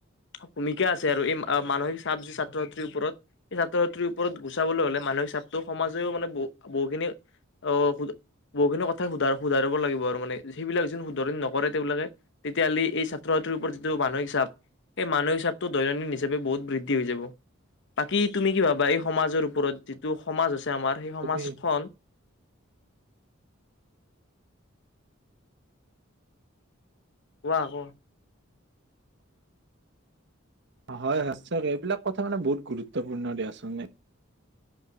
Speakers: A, on the left; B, on the right.
A: ভূমিকা আছে আৰু এই মানসিক চাপ ছাত্ৰ ছাত্ৰীৰ ওপৰত। এই ছাত্ৰ ছাত্ৰীৰ ওপৰত গুচাবলৈ হ'লে মানসিক চাপটো সমাজেও মানে বহু বহুখিনি অঁ' বহুখিনি কথাই সুধা শুধাৰিব লাগিব আৰু মানে সেইবিলাক যেন শুধৰি নকৰে তেওঁবিলাকে- তেতিয়াহ'লে এই ছাত্ৰ ছাত্ৰীৰ ওপৰত যিটো মানসিক চাপ- এই মানসিক চাপটো দৈনন্দিন হিচাপে বহুত বৃদ্ধি হৈ যাব। বাকী তুমি কি ভাবা এই সমাজৰ ওপৰত যিটো সমাজ আছে আমাৰ সেই সমাজখন-
B: তুমি
A: কোৱা ক?
B: হয় সঁচাকে। এইবিলাক কথা মানে বহুত গুৰুত্বপূৰ্ণ দিয়াচোন।